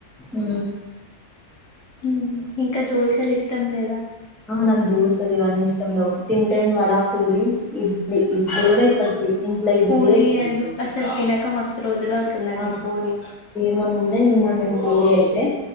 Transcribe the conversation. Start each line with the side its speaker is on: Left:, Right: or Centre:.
Centre: ఉ
Left: ఉ ఇంక దోశలు ఇష్టం లేదా
Centre: ఆహా నాకు దోశలు ఇవన్నీ ఇష్టం లెవ్ తింటే నేన్ వడా పూరి ఇడ్లీ ఇడ్లీ కూడా ఇప్పటికి ఇంట్ల ఇడ్లీ
Left: పూరి
Centre: ఇష్టం
Left: అసలు తినక మస్తు రోజులు అవుతుందండి
Centre: ఆ
Left: పూరి
Centre: మొన్ననే తిన్నాను పూరి అయితే